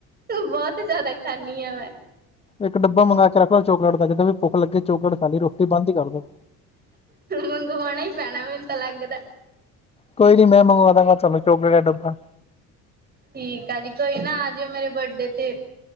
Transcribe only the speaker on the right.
ਬਹੁਤ ਜਿਆਦਾ ਖਾਂਨੀ ਆ ਮੈਂ।
ਮੰਗਵਾਉਣਾ ਹੀ ਪੈਣਾ। ਮੈਨੂੰ ਤਾਂ ਲੱਗਦਾ।
ਠੀਕ ਆ ਜੀ। ਕੋਈ ਨਾ ਆ ਜਿਓ ਮੇਰੇ ਬਰਡੇ ਤੇ।